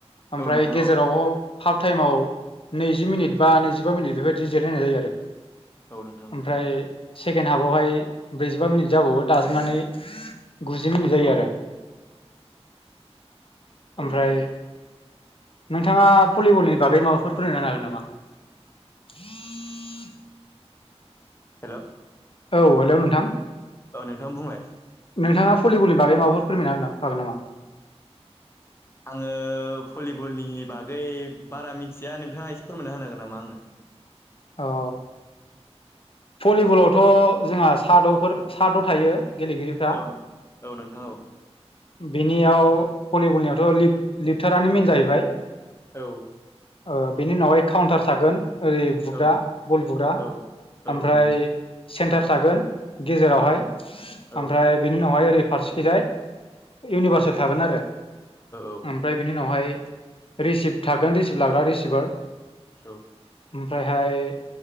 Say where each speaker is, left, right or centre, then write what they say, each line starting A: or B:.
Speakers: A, on the left (about 55°); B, on the left (about 25°).
A: ओमफ्राय
B: औ नोंथां
A: गेजेराव
B: औ
A: हाफ टाइमाव नैजि मिनिट बा नैजिबा मिनिट बेफोरबायदि जिरायनाय जायो आरो
B: औ नोंथां औ
A: ओमफ्राय सेकेणड हाफावहाय ब्रैजिबा मिनिट जाबावो दाजाबनानै गुजि मिनिट जायो
B: औ
A: आरो ओमफ्राय
B: औ नोंथां
A: नोंथाङा भलिबलनि बागै माबाफोर फोरोंनो हागोन नामा? <unintelligible>
B: हेल'
A: औ हेलौ नोंथां
B: औ नोंथां बुंलाय
A: नोंथाङा भलिबलनि बागै माबर फोरमायना हागोन नामा
B: आङो भलिबलनि बागै बारा मिथिया नोंथाङा एसे फोरमायना होनांगोन नामा आंनो
A: औ भलिबलावथ' जोंहा साद'फोर साद' थायो गेलेगिरिफ्रा
B: औ औ नोंथां औ
A: बिनियाव भलिबलनियावथ' लिपथारानो मेन जाहैबाय
B: औ
A: ओ बेनि उनावहाय काउन्टार थागोन ओरै ग्ररा
B: औ
A: बलबुग्रा
B: औ
A: ओमफ्राय
B: औ औ नोंथां
A: सेन्तार थागोन गेजेरावहाय
B: औ औ
A: ओमफ्राय बेनि उनावहाय सागोन गेजेरावहाय ओमफ्राय बेनि उनावहाय फारसेखिजाय इउनिभार्सेल थागोन आरो
B: औ
A: ओमफ्राय बिनि उनावहाय रिसिभ थागोन रिसिभर लाग्रा रिसिभार
B: औ
A: ओमफ्रायहाय